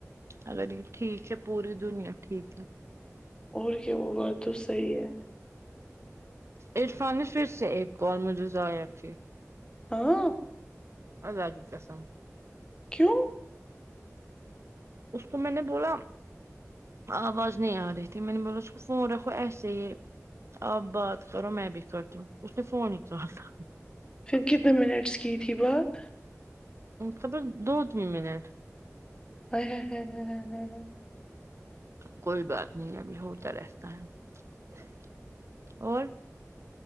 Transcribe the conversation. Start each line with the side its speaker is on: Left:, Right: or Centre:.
Right: اگر یہ ٹھیک ہے پوری دنیا ٹھیک ہے
Left: اور کیا وہ بات تو صحیح ہے
Right: عرفان نے فر سے ایک کال مجھے ضائع کیا
Left: اں ں
Right: اللہ کی قسم
Left: کیوں
Right: اس کو میں نے بولا آواز نہیں آ رہی تھی میں نے بولا اس کو فون رکھو ایسے ہی آپ بات کرو میں بھی کرتی ہوں اس نے فون ہی کا ٹا
Left: پھر کتنے منٹس کی تھی بات
Right: خبر دو تین منٹ
Left: ہائے ہ ہ ہے
Right: کوئی بات نہیں ابھی ہوتا رہتا ہے اور